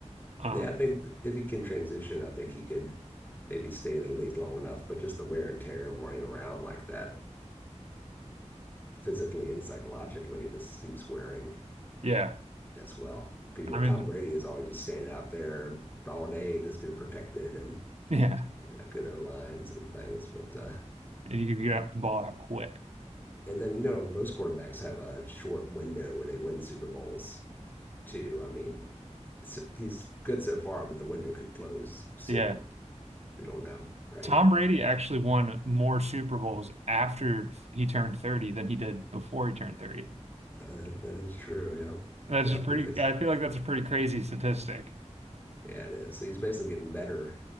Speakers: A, on the right (about 65°); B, on the left (about 15°).
A: Um,
B: Yeah. I think if he can transition, I think he could maybe stay in the league long enough. But just the wear and tear of running around like that, physically and psychologically, this seems wearing
A: yeah,
B: as well. Because you
A: I
B: know
A: mean,
B: Tom Brady is always just staying out there all day, just getting protected and
A: <laughs> yeah,
B: you know, good O lines and things. But uh,
A: you can get the ball out quick.
B: and then you know most quarterbacks have a short window where they win Super Bowls too. I mean, so he's good so far, but the window could close soon.
A: Yeah,
B: We don't know, right?
A: Tom Brady actually won more Super Bowls after he turned 30 than he did before he turned 30.
B: Uh, that, that is true.
A: That's
B: Yep. Yep.
A: a pretty,
B: Because
A: I feel like that's a pretty crazy statistic.
B: yeah, it is. So he's basically getting better.